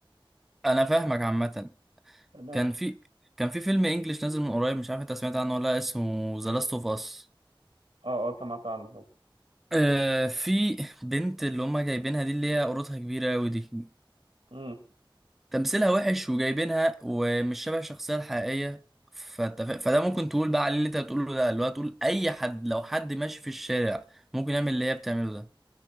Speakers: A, in the centre; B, on the right.
A: انا فاهمك عامه
B: تمام
A: كان في كان في فيلم انجليش نازل من قريب مش عارف انت سمعت عنه ولا لأ، اسمه ذا لاست اوف اس
B: اه اه سمعت عنه طبعا
A: آه في بنت اللي هما جايبينها دي اللي هي قرطها كبيرة أوي دي
B: امم
A: تمثيلها وحش وجايبينها ومش شبه الشخصية الحقيقية فت- فده ممكن تقول بقى عليه اللي انت بتقوله ده اللي هو تقول أي حد لو حد ماشي في الشارع ممكن يعمل اللي هي بتعمله ده